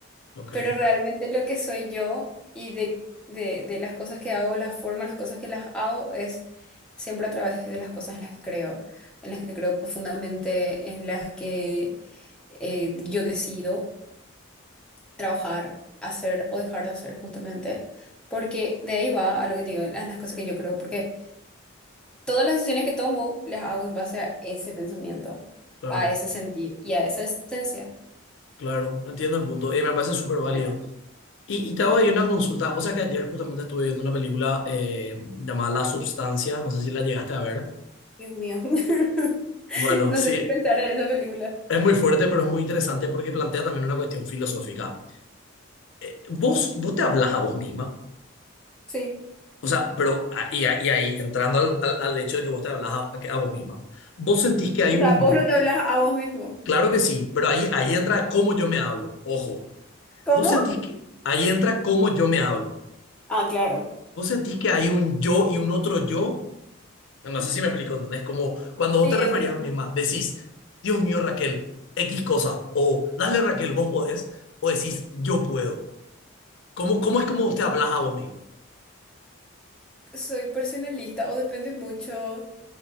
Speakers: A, on the left; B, in the centre.
A: Ok.
B: Pero realmente lo que soy yo y de, de, de las cosas que hago, las formas, las cosas que las hago, es siempre a través de las cosas en las que creo, en las que creo profundamente, en las que eh, yo decido trabajar, hacer o dejar de hacer justamente, porque de ahí va a lo que te digo, las, las cosas que yo creo, porque todas las decisiones que tomo las hago en base a ese pensamiento,
A: Claro,
B: a ese sentir y a esa esencia.
A: claro. Entiendo el punto. Y me parece súper válido.
B: Pero,
A: Y, y te hago ahí una consulta. O sea que ayer justamente estuve viendo una película eh, llamada La Substancia. No sé si la llegaste a ver.
B: Dios mío, <laughs>
A: Bueno,
B: no
A: sí.
B: sé qué pensar en esa película.
A: Es muy fuerte, pero es muy interesante porque plantea también una cuestión filosófica. eh, vos, vos te hablas a vos misma,
B: Sí.
A: o sea, pero a- y, a- y ahí, entrando al, al- al hecho de que vos te hablas a, a vos misma, vos sentís que hay
B: O
A: un,
B: sea, vos no te hablas a vos mismo.
A: claro que sí, pero ahí, ahí entra cómo yo me hablo, ojo,
B: ¿Cómo?
A: vos sentís que, ahí entra cómo yo me hablo,
B: Ah, claro.
A: vos sentís que hay un yo y un otro yo, no sé si me explico, ¿entendés? Como cuando vos
B: Sí,
A: te referías
B: entiendo.
A: a vos misma, decís, Dios mío, Raquel, X cosa, o dale Raquel, vos podés, o decís, yo puedo. ¿Cómo, cómo es como vos te hablas a vos misma?
B: Soy personalista o depende mucho.